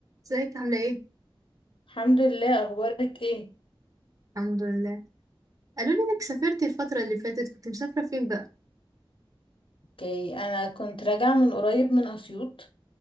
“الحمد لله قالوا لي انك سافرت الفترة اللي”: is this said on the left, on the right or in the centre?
Right